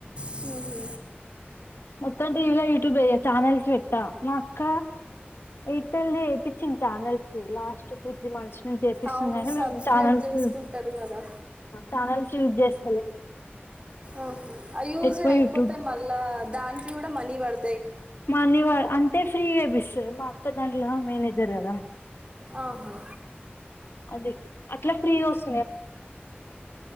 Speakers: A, on the right; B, on the left.
A: ఊహు
B: మొత్తం టీవీలో యూట్యూబే ఇగ ఛానల్స్ పెట్టా మా అక్క చిట్ తళ్లే ఏప్పిచ్చింది channels last two three months చేపిస్తుంది
A: అవును
B: గాని
A: సబ్స్క్రైబ్
B: మేము ఛానల్సు
A: చేసుకుంటారు కదా
B: ఛానల్స్ యూజ్ జేస్
A: ఆహా అవి యూజ్
B: ఎక్కువ
A: లేకపోతే
B: యూట్యూబ్
A: మళ్లా దానికి కుడా మనీ పడు
B: మనీ వా అంటే ఫ్రీ ఏబి తది మా అక్క దాంట్లో మేనేజర్ గదా
A: ఆహా
B: అది అట్లా ఫ్రీ వొస్